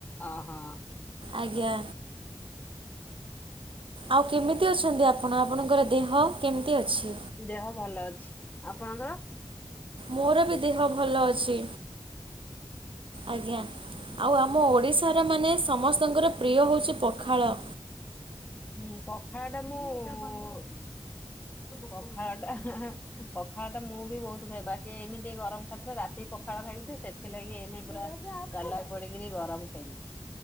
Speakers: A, on the left; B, on the right.
A: ଅ ହୋ।
B: ଆଜ୍ଞା। ଆଉ କେମିତି ଅଛନ୍ତି ଆପଣ ଆପଣଙ୍କର ଦେହ କେମିତି ଅଛି?
A: ଦେହ ଭଲ ଅଛି ଆପଣଙ୍କର?
B: ମୋର ବି ଦେହ ଭଲ ଅଛି ଆଜ୍ଞା ଆଉ ଆମ ଓଡିଶାର ମାନେ ସମସ୍ତଙ୍କର ପ୍ରିୟ ହେଉଚି ପଖାଳ
A: ହଁ ପଖାଳ ଟା ମୁଁ ପଖାଳ ଟା ପଖାଳ ଟା ମୁଁ ବି ବହୁତ ଖାଇବି ବାକି ଏଇନି ଟିକେ ଗରମ ଥିଲା ରାତି ପଖାଳ ଖାଇବି ସେଥିଲାଗି ଏଇନ ପୁରା ଚାଲାଖ ପଡିକିରି ଗରମ ଖାଇ ଦେଇଚି।